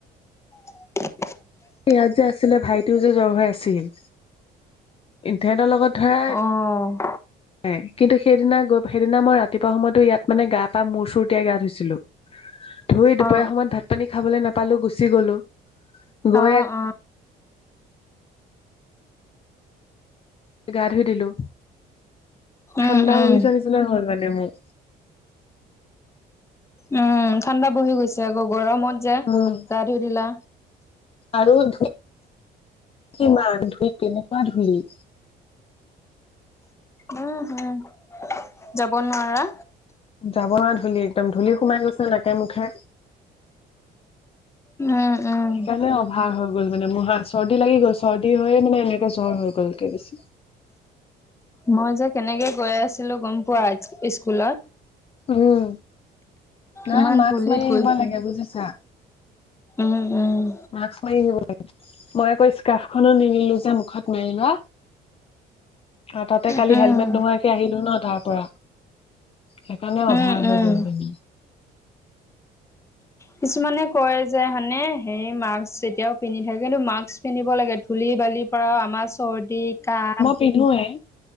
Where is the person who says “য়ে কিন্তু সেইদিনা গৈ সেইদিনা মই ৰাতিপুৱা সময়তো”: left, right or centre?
Left